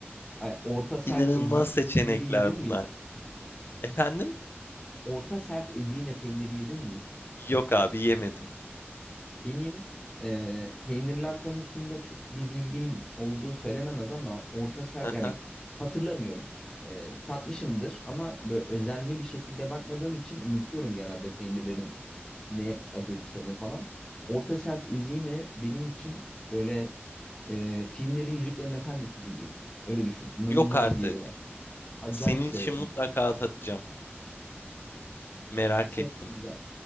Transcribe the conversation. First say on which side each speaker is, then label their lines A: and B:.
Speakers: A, on the left; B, on the left.
A: Ay, Orta sert
B: İnanılmaz
A: ezine
B: seçenekler
A: peyniri yedin mi
B: bunlar.
A: hiç?
B: Efendim?
A: Orta sert ezine peyniri yedin mi hiç?
B: Yok abi yemedim.
A: Benim e, peynirler konusunda çok bir bilgim olduğu söylenemez ama orta Serp
B: <laughs>
A: yani hatırlamıyorum. E, tatmışımdır ama böyle özenli bir şekilde bakmadığım için unutuyorum genelde peynirlerin ne adı sanı falan. Orta Serp izini benim için böyle e, filmlerin Yüzüklerin Efendisi gibi. Öyle düşün. İnanılmaz
B: Yok artık.
A: bir yeri var. Acayip
B: Senin
A: severim.
B: için mutlaka atacağım. Merak
A: Çok
B: ettim.
A: güzel.